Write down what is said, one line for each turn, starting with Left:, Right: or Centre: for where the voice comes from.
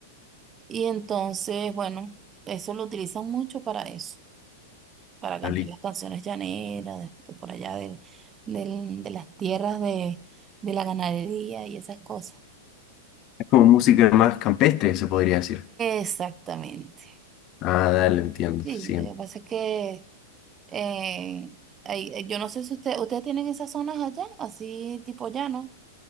Right: Y entonces, bueno, eso lo utilizan mucho para eso, para cantar
Left: dale.
Right: las canciones llaneras, de, de por allá del, del- de las tierras de, de la ganadería y esas cosas.
Left: Es como música más campestre, se podría decir.
Right: Exactamente.
Left: Ah, dale, entiendo,
Right: Sí,
Left: sí.
Right: lo que pasa es que eh, hay- eh, yo no sé si usted, ustedes tienen esas zonas allá, así tipo llano.